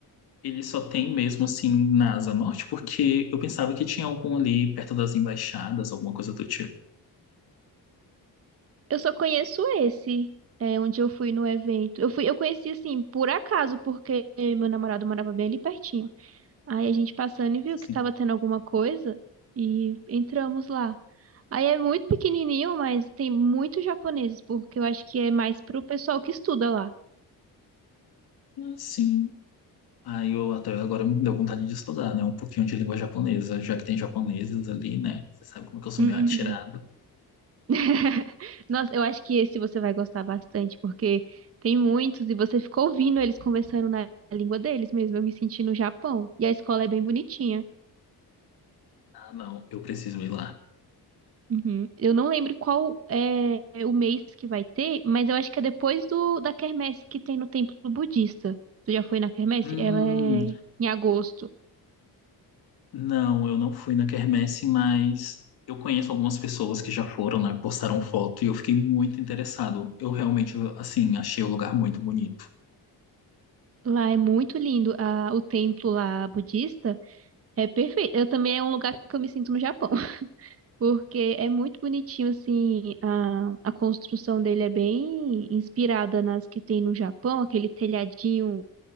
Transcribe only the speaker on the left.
Ele só tem mesmo assim na Asa Norte, porque eu pensava que tinha algum ali perto das embaixadas, alguma coisa do tipo.
Sim.
Sim. Aí eu até agora me deu vontade de estudar, né? Um pouquinho de língua japonesa, já que tem japoneses ali, né? Você sabe como que eu sou
meio atirado.
Ah, não, eu preciso ir lá.
Hum,
não, eu não fui na quermesse, mas eu conheço algumas pessoas que já foram, né? Postaram foto e eu fiquei muito interessado. Eu realmente, assim, achei o lugar muito bonito.